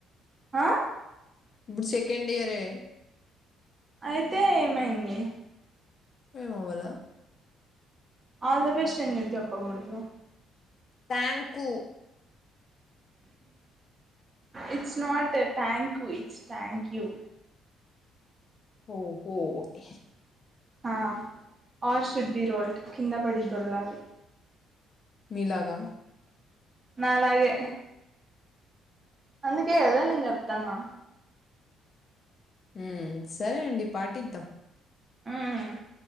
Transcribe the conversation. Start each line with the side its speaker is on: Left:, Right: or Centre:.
Right: హ
Left: ఇప్పుడు సెకండ్ ఇయరే
Right: అయితే ఏమైంది
Left: ఏమవ్వలా
Right: ఆల్ ద బెస్ట్ ఎందుకు చేప్పకూడదు
Left: thank you
Right: it's not thank you it's thank you
Left: హు హు ఓకే
Right: హ ఆర్ షుడ్ బి రోల్ట్ కింద పడి దోల్లాలి
Left: మీలాగా
Right: నాలగే అందుకే కద నేను చెప్తాన్నా
Left: హుమ్ సరే అండి పాటిద్దాం
Right: హుమ్